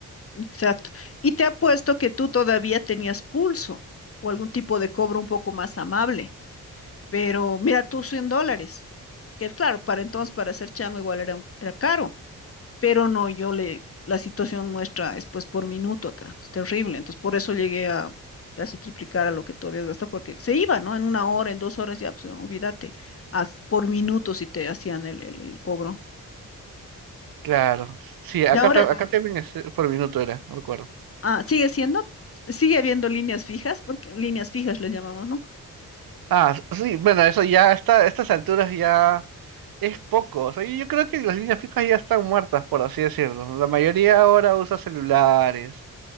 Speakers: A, on the left (about 40°); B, on the right (about 65°).
A: Exacto. Y te apuesto que tú todavía tenías pulso o algún tipo de cobro un poco más amable. Pero mira tú 100 dólares, que claro, para entonces, para ser chango igual era, un- era caro, pero no, yo le, la situación nuestra es pues por minuto acá, es terrible, entonces por eso llegué a casi triplicar a lo que tú habías gastado, porque se iba, ¿no? En una hora, en dos horas, ya, pues olvídate, haz- por minuto si te hacían el, el, el cobro.
B: Claro, sí, acá,
A: Y No, ahora,
B: ta-
A: pues
B: acá
A: no.
B: también es eh, por minuto era, no me acuerdo.
A: ah, sigue siendo, sigue habiendo líneas fijas, porque líneas fijas le llamamos, ¿no?
B: Ah, s- sí, bueno, eso ya está, a estas alturas ya es poco. O sea, yo yo creo que las líneas fijas ya están muertas, por así decirlo. La mayoría ahora usa celulares